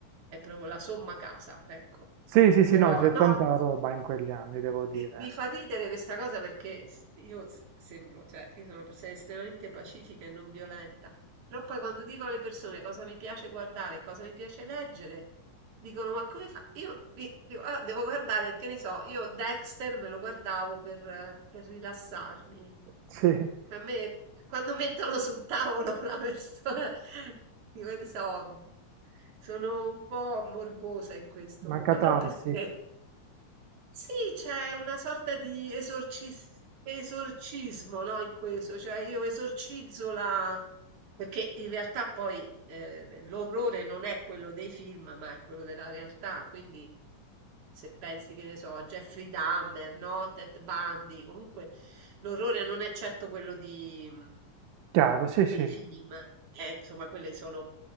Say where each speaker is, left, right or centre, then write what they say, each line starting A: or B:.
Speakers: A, on the right; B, on the right.
A: è proprio la somma casa, ecco.
B: Sì, sì, sì,
A: Però
B: no, c'è
A: no,
B: tanta roba in quegli anni, devo dire.
A: Mi, mi fa ridere questa cosa perché s- io s- sembro, cioè, io sono una persona estremamente pacifica e non violenta, però poi quando dico alle persone cosa mi piace guardare, e cosa mi piace leggere, dicono, ma come fa? Io mi- dico, "Ah, devo guardare, che ne so, io Dexter me lo guardavo per, eh, per rilassarmi.
B: Sì,
A: Cioè, A me, quando mettono sul tavolo <laughs> una persona, dico, che ne so, sono un po' morbosa in questo,
B: una catarsi.
A: ma non perché sì, c'è una sorta di esorcis- esorcismo, no, in questo, cioè io esorcizzo la... perché in realtà poi eh, l'orrore non è quello dei film, ma è quello della realtà, quindi se pensi che ne so, a Jeffrey Dahmer, no, Ted Bundy, comunque l'orrore non è certo quello di...
B: Chiaro, sì, sì.
A: E i film, eh, insomma quelle sono